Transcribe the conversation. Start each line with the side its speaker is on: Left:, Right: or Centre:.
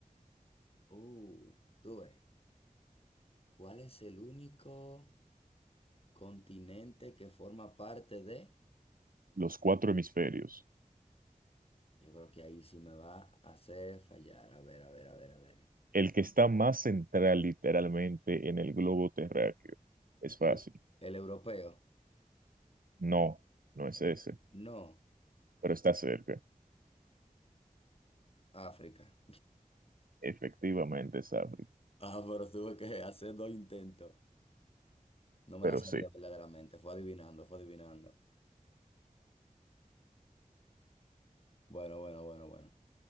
Left: Uh, tú ves. ¿Cuál es el único continente que forma parte de?
Right: Los cuatro hemisferios.
Left: Yo creo que ahí sí me va a hacer fallar. A ver, a ver, a ver, a ver.
Right: El que está más central literalmente en el globo terráqueo. Es fácil.
Left: El, el europeo.
Right: No, no es ese,
Left: No,
Right: pero está cerca.
Left: África.
Right: Efectivamente es África.
Left: Ah, pero tuve que hacer dos intentos. No me
Right: Pero
Left: la sabía
Right: sí,
Left: verdaderamente. Fue adivinando, fue adivinando. Bueno, bueno, bueno, bueno.